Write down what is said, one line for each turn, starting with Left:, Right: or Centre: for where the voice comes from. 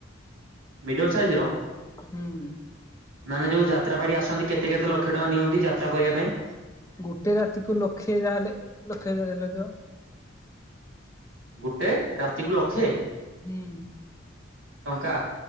Right: ମିଡିୟମ ସାଇଜ ର
Left: ହୁଁ।
Right: ମାନେ ଯୋଉ ଯା ଯାତ୍ରା ପାଟି ଆସନ୍ତି କେତେ କେତେ ଲକ୍ଷ ଟଙ୍କା ନିଅନ୍ତି ଯାତ୍ରା କରିବା ପାଇଁ?
Left: ଗୋଟେ ରାତିକୁ ଲକ୍ଷେ ତାହେଲେ ଲକ୍ଷ ଦେଢ ଲକ୍ଷ।
Right: ଗୋଟେ ରାତିକୁୁ ଲଖେ?
Left: ହଁ।
Right: ଟଙ୍କା।